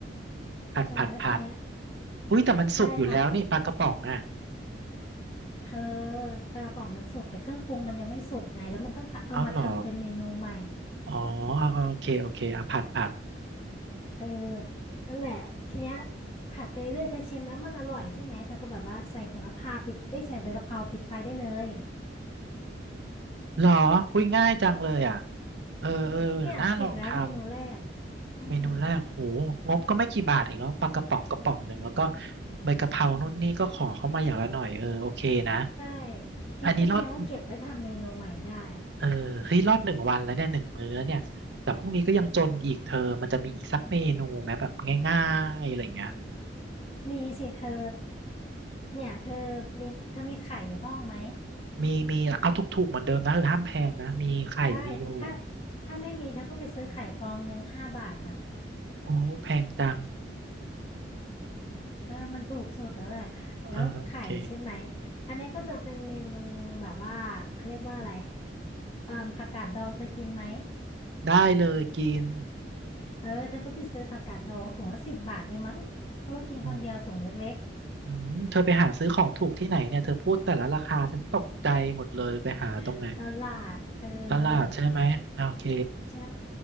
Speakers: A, on the right; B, on the left.
A: ผัดผัดผัด
B: ใช่แล้วทีเนี้ย
A: อุ้ยแต่มันสุกอยู่แล้วนี่ปลากระป๋องอ่ะ
B: ใช่ผัดเธอปลากระป๋องมันสุกแต่เครื่องปรุงมันยังไม่สุกไงแล้วมันต้องทำเอามาทำเป็นเมนูใหม่
A: เอาเหรออ๋ออ่ะอ่ะโอเคโอเคอ่ะผัดผัด
B: เออนั่นแหละทีเนี้ยผัดไปเรื่อยเธอชิมแล้วมันอร่อยใช่ไหมเธอก็แบบว่าใส่โหระพาปิดเอ้ยใส่ใบกะเพราปิดไฟได้เลย
A: เหรออุ้ยง่ายจังเลยอ่ะเออเออเดี๋ยวน่าลองทำ
B: เนี่ยเสร็จแล้วเมนูแรกอืม
A: เมนูแรกโหงบก็ไม่กี่บาทเองเนาะปลากระป๋องกระป๋องหนึ่งแล้วก็ใบกะเพรานู่นนี่ก็ขอเข้ามาอย่างละหน่อยเออโอเคนะ
B: ใช่พริกกระเทียมก็เก็บไว้ทำเมนูใหม่ได้
A: อันนี้รอดเออเฮ้ยรอดหนึ่งวันแล้วเนี่ยหนึ่งมื้อแล้วเนี่ยแต่พรุ่งนี้ก็ยังจนอีกเธอมันจะมีอีกสักเมนูไหมแบบง่ายๆอะไรอย่างเงี้ย
B: มีสิเธอเนี่ยเธอมีเธอมีไข่อยู่ห้องไหม
A: มีมีเอาถูกๆเหมือนเดิมนะเออห้ามแพงนะมีไข่มีอยู่
B: ได้ถ้าถ้าไม่มีเธอก็ไปซื้อไข่ฟองหนึ่งห้าบาทน่ะ
A: โอ้แพงจัง
B: เออมันถูกสุดแล้วแหละแล้วไข่ใช่ไหม
A: เออโอเค
B: อันนี้ก็จะเป็นเมนูแบบว่าเขาเรียกว่าอะไรเอ่อผักกาดดองเธอกินไหม
A: ได้เลยกิน
B: เออเธอก็ไปซื้อผักกาดดองถุงละสิบบาทเองมั้งเพราะว่ากินคนเดียวถุงเล็ก
A: อืม อืมเธอไปหาซื้อของถูกที่ไหนเนี่ยเธอพูดแต่ละราคาฉันตกใจหมดเลยไปหาตรงไหน
B: ๆตลาดเธอ
A: ตลาดใช่ไหมโอเค
B: ใช่